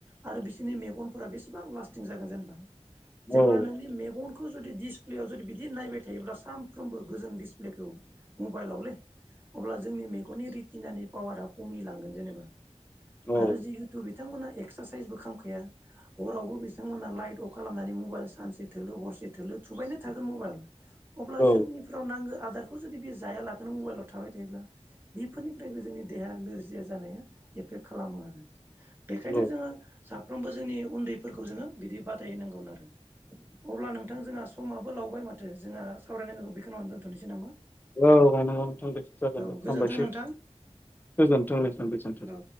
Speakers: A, on the right (about 20°); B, on the left (about 15°).
A: आरो बिसोरनि मेगनफोरा बेसेबां लास्टिं जागोन जेनेबा। जेब्ला
B: औ
A: नोंनि मेगनखौ जुदि डिसप्लेयाव जुदि बिदि नायबाय थायोब्ला सानफ्रोमबो गोजों दिडिसप्लेखौ मबाइलावलै। अब्ला जोंनि मेगननि रितिनानि पावारा खमि लांगोन जेनेबा
B: औ
A: आरो जिहेतु बिथांमोना एक्सारसाइसबो खामखाया। हरावबो बिथांमोना लाइट अफ खालामनानै मबाइल सानसे थोलो हर से थोलो थुबायनो थागोन मबेल अब्ला
B: औ
A: जोंनि नांगो आदारखौ जुदि बे जाया लाखानो मबाइलाव थाबाय थायोब्ला बेफोरनिफ्रायबो जोंनि देहाया नोरजिया जा नाया एफेक्ट खालामो आरो बेखायनो
B: औ
A: जोङो साफ्रोमबो जोंनि उन्दैफोरखौ जोङो बिदि <inaudible> आरो अब्ला नोंथां जोंहा समाबो लावबाय माथो जोङा सावरायनांगौखौ बे खिनावनो दोनथ'नोसै नामा।
B: औ <unintelligible> जागोन
A: औ
B: दे
A: गोजोन्थों नोंथां
B: हामबायसै गोजोनथों <unintelligible>
A: औ।